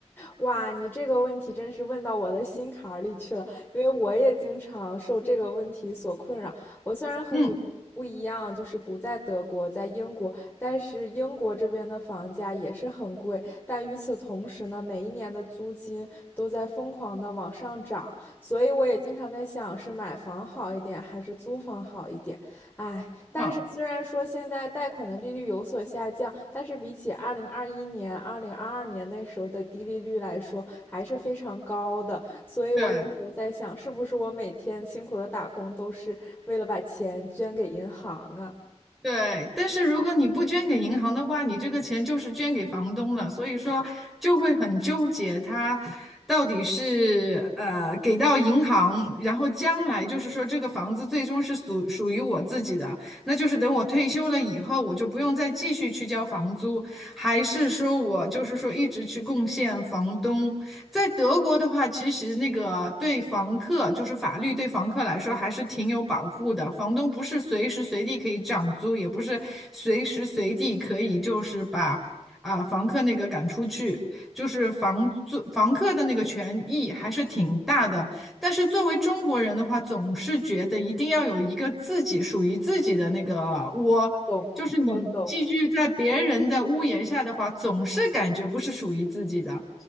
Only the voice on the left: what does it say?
哇，你这个问题真是问到我的心坎儿里去了，因为我也经常受这个问题所困扰。我虽然和你不一样，
就是不在德国，在英国，但是英国这边的房价也是很贵，但与此同时呢，每一年的租金都在疯狂的往上涨，所以我也经常在想，是买房好一点，还是租房好一点？哎，但是虽然说现在贷款的利率有所下降，
但是比起二零二一年、二零二二年那时候的低利率来说，还是非常高的。所以我有时候在想，
是不是我每天辛苦的打工都是为了把钱捐给银行啊？
懂，
我懂。